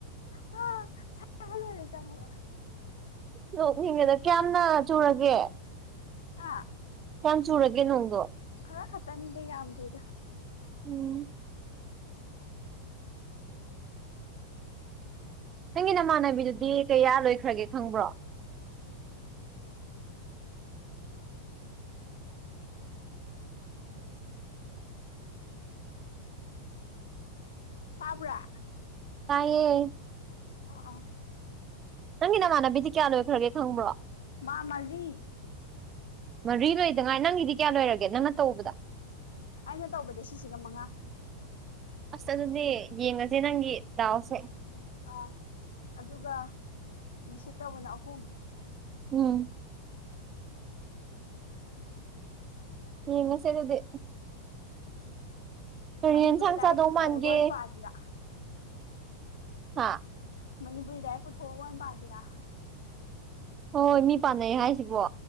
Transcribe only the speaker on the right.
ꯅꯣꯛꯅꯤꯡꯉꯤꯗ ꯀꯌꯥꯝꯅ ꯆꯨꯔꯒꯦ
ꯀꯌꯥꯝ ꯆꯨꯔꯒꯦ ꯅꯣꯡꯗꯣ
ꯎꯝ ꯅꯪꯒꯤ ꯅꯃꯥꯟꯅꯕꯤꯗꯨꯗꯤ ꯀꯌꯥ ꯂꯣꯏꯈ꯭ꯔꯒꯦ ꯈꯪꯕ꯭ꯔꯣ
ꯇꯥꯏꯌꯦ
ꯅꯪꯒꯤ ꯅꯃꯥꯟꯅꯕꯤꯗꯤ ꯀꯌꯥ ꯂꯣꯏꯈ꯭ꯔꯒꯦ ꯈꯪꯕ꯭ꯔꯣ
ꯃꯔꯤ ꯂꯣꯏꯗꯉꯥꯏ ꯅꯪꯒꯤꯗꯤ ꯀꯌꯥ ꯂꯣꯏꯔꯒꯦ ꯅꯪꯅ ꯇꯧꯕꯗ
ꯑꯁ ꯑꯗꯨꯅꯦ ꯌꯦꯡꯉꯁꯦ ꯅꯪꯒꯤ ꯗꯥꯎꯁꯦ
ꯎꯝ ꯌꯦꯡꯉꯁꯦ ꯑꯗꯨꯗꯤ ꯀꯔꯤ
ꯌꯦꯟꯁꯥꯡ
ꯆꯥꯗꯧ
ꯃꯥꯟꯒꯦ
ꯑꯥ
ꯍꯣꯏ ꯃꯤ ꯄꯥꯟꯅꯩ ꯍꯥꯏꯁꯤꯕꯣ